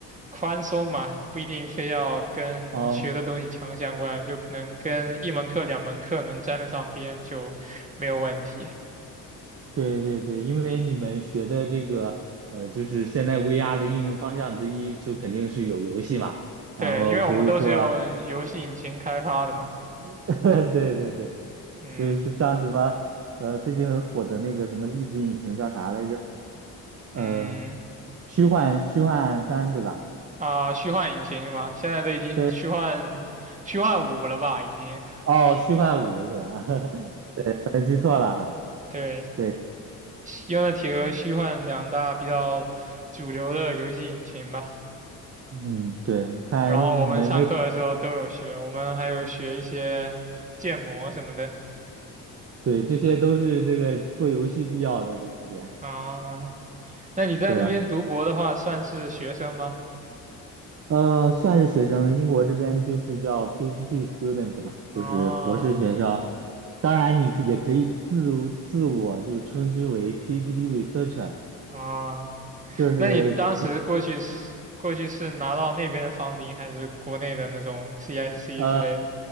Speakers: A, on the right; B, on the right.
A: 宽松嘛，不一定非要跟学的东西强相关，
B: 哦，
A: 就可能跟一门课、两门课能沾得上边就没有问题。
B: 对对对，因为你们学的这个，呃，就是现在 VR 的应用方向之一，就肯定是有游戏嘛。然后所以说，
A: 对，因为我们都是用游戏引擎开发的嘛。
B: <laughs> 对对对，
A: 嗯
B: 就是像什么，呃，最近很火的那个什么粒子引擎叫啥来着？呃，
A: 嗯，
B: 虚幻虚幻三对吧？
A: 啊，虚幻引擎是吧？现在都已经虚幻虚幻五了吧？
B: 对，
A: 已经
B: 哦，虚幻五，可能 <laughs> 还记错了还。
A: 对
B: 对，
A: 用的 n i 和虚幻两大比较主流的游戏引擎吧。
B: 嗯，对，我看你们的，
A: 然后我们上课的时候都有学，我们还有学一些建模什么的
B: 对，这些都是这个做游戏必要的东西。
A: 啊。那你在那边读博的话，
B: <laughs> 对啊。
A: 算是学生吗？
B: 呃，算是学生，英国这边就是叫 PhD student 嘛，就是博士学生。
A: 啊
B: 当然，你可也可以自自我就称之为 PhD researcher，
A: 啊，
B: 就是
A: 那你当时过去是过去是拿到那边的房顶，还是国内的那种 CSC
B: 呃
A: 之类的？